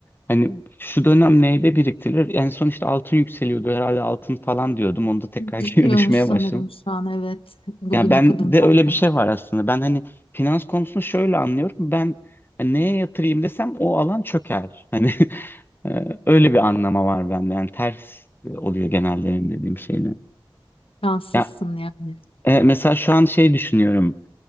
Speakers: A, on the left; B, on the left.
A: Hani şu dönem neyde biriktirilir? En son işte altın yükseliyordu herhalde altın falan diyordum. Onda tekrar
B: Düşüyormuş
A: <laughs> geri düşmeye
B: sanırım
A: başladım.
B: şu an evet bugün
A: Ya ben
B: okudum
A: de öyle
B: ben
A: bir şey
B: de.
A: var aslında. Ben hani finans konusunu şöyle anlıyorum. Ben hani neye yatırayım desem o alan çöker. Hani <laughs> e, öyle bir anlama var bende. Yani ters oluyor genelde benim dediğim şeyle.
B: Şanslısın
A: Ya
B: yani.
A: e, mesela şu an şey düşünüyorum.